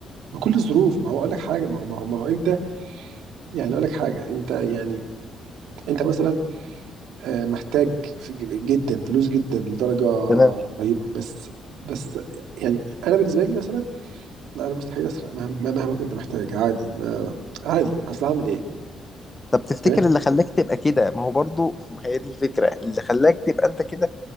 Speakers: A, on the right; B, on the left.
A: بكل الظروف ما هو اقول لك حاجه ما هو ما هو, ما هو انت يعني اقول لك حاجه انت يعني انت مثلا آه، محتاج في- جدا فلوس جدا لدرجه
B: تمام
A: رهيبه بس بس يعني انا بالنسبه لي مثلا لا انا مستحيل اسرق مهما مهما كنت محتاج عادي ما عادي اصل هعمل ايه
B: طب تفتكر
A: فاهم
B: اللي خلاك تبقى كده ما هو برضو ما <laughs> هي دي الفكرة اللي خلاك تبقى انت كده